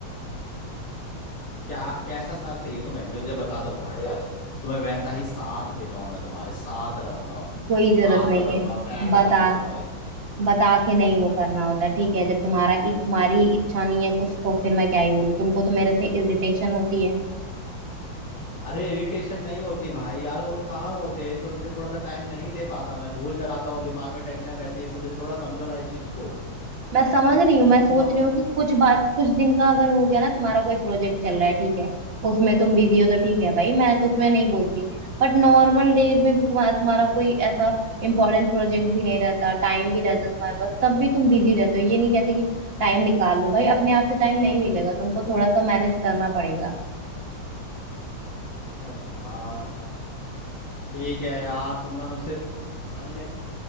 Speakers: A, on the left; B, on the right.
A: क्या कैसा साथ चाहिए तुम्हें मुझे बता दो भाई आज तुम्हें वैसा ही साथ देता हूँ मैं तुम्हारे साथ रहूंगा
B: कोई जरूरत
A: हाथ
B: नहीं
A: पकड़ूंगा
B: है
A: पैर
B: बता
A: दबाऊंगा तुम्हारे
B: बता के नहीं वो करना होता ठीक है जब तुम्हारा तुम्हारी
A: हम्म।
B: इच्छा नहीं है कुछ तो फिर मैं क्या ही बोलूं तुमको तो मेरे से इरिटेशन होती है
A: अरे इरिटेशन नहीं होती भाई यार और काम होते हैं इस वजह से थोड़ा सा टाइम नहीं दे पाता मैं भूल जाता हूँ दिमाग में टेंशन रहती है इस वजह से थोड़ा समझो ना इस चीज को
B: मैं समझ रही हूँ मैं सोच
A: तुम
B: रही हूँ कि कुछ बात कुछ दिन का अगर हो गया ना तुम्हारा कोई प्रोजेक्ट चल रहा है ठीक है उसमें तुम बिजी हो तो ठीक है भाई मैं उसमें नहीं बोलती बट नॉर्मल डेज में भी तुम्हारा तुम्हारा कोई ऐसा इंपॉर्टेंट प्रोजेक्ट भी नहीं रहता टाइम भी रहता तुम्हारे पास तब भी तुम बिजी रहते हो ये नहीं कहते कि टाइम निकाल लो भाई अपने आप से टाइम नहीं मिलेगा तुमको थोड़ा सा मैनेज करना पड़ेगा
A: अरे यार ठीक है यार तुम ना मुझसे पता नहीं मैं